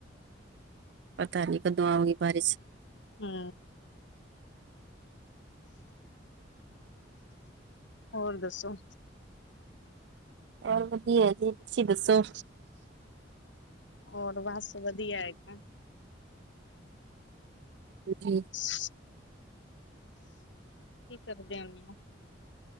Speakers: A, on the right; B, on the left.
A: ਪਤਾ ਨੀ ਕਦੋਂ ਆਉਗੀ ਬਾਰਿਸ਼।
B: ਹੂੰ ਹੋਰ ਦੱਸੋ।
A: ਹੋਰ ਵਧੀਆ ਜੀ ਤੁਸੀਂ ਦੱਸੋ।
B: ਹੋਰ ਬਸ ਵਧੀਆ ਹੈਗਾ।
A: ਜੀ
B: <unintelligible> ਕੀ ਕਰਦੇ ਹੁੰਨੇ ਓ?